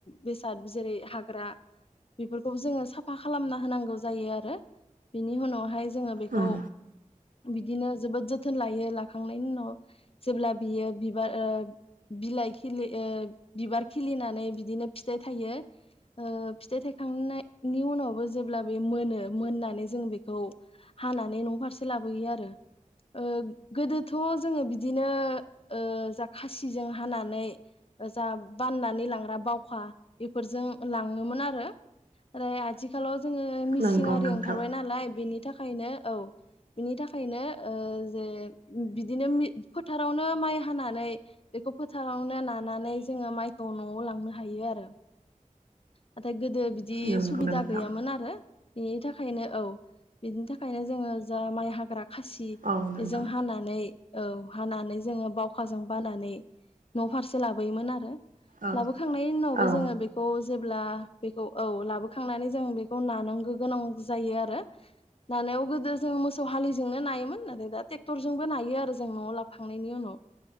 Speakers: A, on the left (about 45°); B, on the right (about 90°).
A: बेसाद जेरै हाग्रा बेफोरखौबो जोङो साफा खालामना होनांगौ जायो आरो बिनि उनावहाय जोङो बेखौ
B: उम
A: बिदिनो जोबोद जोथोन लायो लाखांनायनि उनाव जेब्ला बियो बिबार ओ बिलाइ खिलि ओ बिबार खिलिनानै बिदिनो फिथाइ थायो। ओ फिथाइ थायखांनायनि उनावबो जेब्ला बे मोनो मोननानै जों बेखौ हानानै न' फारसे लाबोयो आरो ओ गोदोथ' जोङो बिदिनो ओ जा खासि जों हानानै जा बाननानै लांग्रा बावखा बेफोरजों लाङोमोन आरो ओरै आथिखालाव जोङो मिसिं
B: नंगौ
A: आरि
B: नोंथां
A: ओंखारबाय नालाय बेनि थाखायनो औ बिनि थाखायनो ओ जे बिदिनो फोथारावनो माइ हानानै बेखौ फोथारावनो नानानै जोङो माइखौ न'आव लांनो हायो आरो नाथाय गोदो बिदि
B: नंगौ
A: सुबिदा
B: नोंथां
A: गैयामोन आरो बिनि थाखायनो औ बिनि थाखायनो जोङो जा माइ हाग्रा खासि
B: औ नोंथां
A: बेजों हानानै औ हानानै जोङो बावखाजों बानानै न' फारसे लाबोयोमोन आरो
B: औ
A: लाबोखांनायनि उनावबो
B: औ
A: जोङो बे जेब्ला बेखौ औ लाबोखांनानै जों बेखौ नानांगौ गोनां जायो आरो नानायाव गोदो जों मोसौ हालिजोंनो नायोमोन नाथाय दा ट्रेक्टरजोंबो नायो आरो जों न'आव लाफाखांनायनि उनाव